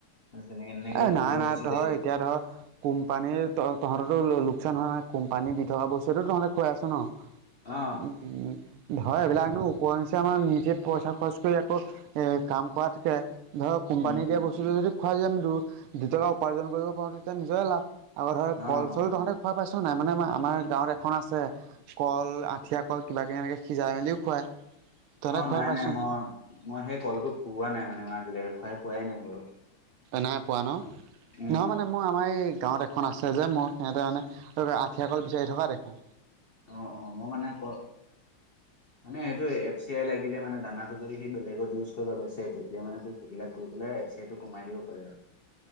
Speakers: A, on the left; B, on the right.
A: মানে তেনেকে। <unintelligible>
B: এ নাই
A: লৈ
B: নাই
A: গুচি
B: তহৰ
A: যায়গৈ
B: এতিয়া ধৰ কোম্পানীৰ ত তহঁতো। <unintelligible> লোকচান হয় নে কোম পানী দি থকা বস্তুটো তহলে খুৱাই আছ ন উ। <unintelligible>
A: অ
B: ধৰা এইবিলাকনো ওপৰ নিচ আমাৰ নিজে পইচা খৰচ কৰি আকৌ এ কাম কৰাতকে <unintelligible> ধৰ কোম্পানী
A: উম
B: দিয়ে
A: উম
B: বস্তু। খাই যদি আমি দু দুইটকা উপাৰ্জন কৰিব পাৰো তেতিয়া নিজৰে লাভ আগৰ ধৰ
A: অ
B: কল
A: অ
B: চল তহঁতে খোৱাই পাইছ। <unintelligible> নাই মানে আমাৰ গাঁৱত এখন আছে কল আঠিয়া কল কিবা কিবি এনেকে সিজাই মেলিও খুৱাই। <unintelligible>
A: অ
B: খুৱাই
A: নাই
B: পাইছ
A: নাই মই মই সেই কলটো খুওৱা নাই মানে মই আজিলৈকে খোৱাই পোৱাই নাই বাৰু।
B: নাই পোৱা ন
A: উম
B: নহ
A: উম
B: মানে মোৰ আমাৰ এই গাঁৱত এখন আছে যে মোৰ সিহঁতে মানে। ত আঠিয়া কল বিচাৰি থকা দেখো।
A: অ অ মই মানে ক মানে সেইটো এফ চি আই লাগিলে মানে দানাটো যদি। <unintelligible> স বেলেগত ইউজ কৰিব বেচে তেতিয়া মানে তোৰ সেইবিলাক কৰি। লাইছে সটো কমাই দিব পাৰে আৰু।